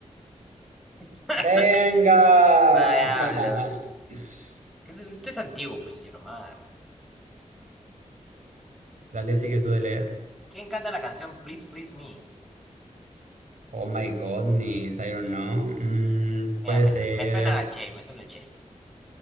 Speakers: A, in the centre; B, on the right.
A: <laughs>
B: ¡Venga!
A: Diablos.
B: <laughs>
A: ¿Qué es eso? Usted es antiguo, pues, señor Omar.
B: Dale, sigues tú de leer.
A: ¿Quién canta la canción Please, Please Me?
B: Oh my goodness, I don't know. Mm,
A: Mira,
B: puede
A: me,
B: ser.
A: su- me suena al Che, me suena al Che.